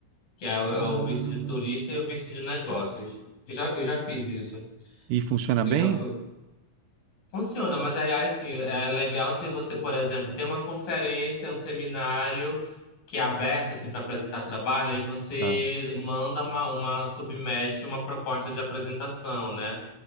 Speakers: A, on the left; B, on the right.
A: que é o,
B: Ah,
A: é o visto de turista e o visto de negócios. Eu já, eu já fiz isso.
B: e funciona
A: Eu
B: bem?
A: já fui. Funciona, mas aí aí, assim, é legal se você, por exemplo, tem uma conferência, um seminário que é aberto assim para apresentar trabalho, aí você
B: Tá.
A: manda uma, uma submete uma proposta de apresentação, né?